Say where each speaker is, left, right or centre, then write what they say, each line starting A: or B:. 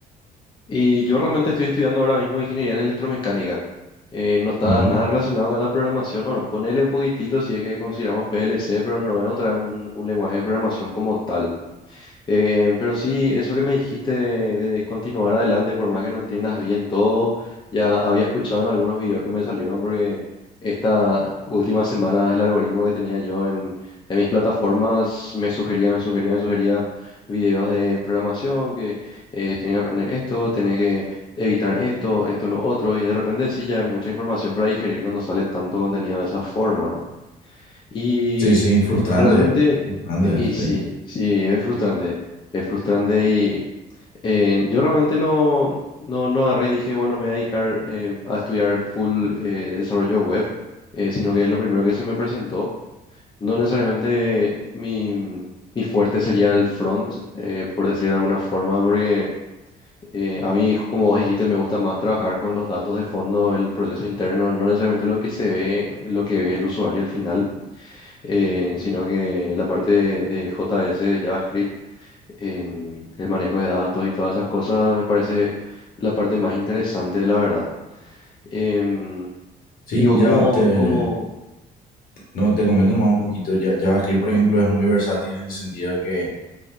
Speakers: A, on the left; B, on the left.
A: Y yo realmente estoy estudiando ahora mismo ingeniería en electromecánica. Eh, no está
B: Ujú.
A: nada relacionado con la programación. Bueno, ponele un poquitito si es que consideramos PLC, pero no es otra un, un lenguaje de programación como tal. Eh, pero sí, eso que me dijiste de, de continuar adelante, por más que no entiendas bien todo, ya había escuchado en algunos videos que me salieron porque esta última semana el algoritmo que tenía yo en, en mis plataformas me sugería, me sugería, me sugería videos de programación, que eh, tenía que aprender esto, tenés que evitar esto, esto, lo otro, y de repente sí, ya hay mucha información para digerir cuando sale tanto contenido de esa forma, ¿no? Y
B: Sí, sí, frustrante,
A: realmente,
B: frustrante,
A: y
B: sí.
A: sí, sí, es frustrante, es frustrante y eh, yo realmente no, no, no agarré y dije, bueno, me voy a dedicar eh, a estudiar full eh, desarrollo web, eh, sino que es lo primero que se me presentó. No necesariamente mi, mi fuerte sería el front, eh, por decir de alguna forma, porque eh, a mí, como vos dijiste, me gusta más trabajar con los datos de fondo, el proceso interno, no necesariamente lo que se ve, lo que ve el usuario al final eh, sino que la parte de, de JS, de JavaScript, em, el manejo de datos y todas esas cosas me parece la parte más interesante, la verdad. Em,
B: Sí,
A: y vos
B: ya
A: como,
B: te,
A: como,
B: no, te comento nomás un poquito. Ya, JavaScript, por ejemplo, es muy versátil en el sentido de que